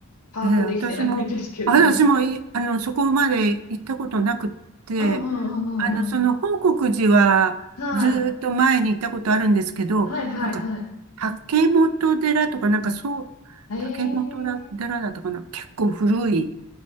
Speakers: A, on the left; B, on the right.
A: 把握できてないんですけど。
B: え、ええ、私も、私もい、
A: <laughs>
B: あの、そこまで行ったことなくって、
A: うんうんうんうんうん。
B: あの、その、報国寺はずーっと前に行ったことあるんですけど、
A: はい。はいはいはい。
B: なんか、竹本寺とか、なんかそう、
A: ええ
B: 竹本寺だったかな、結構古い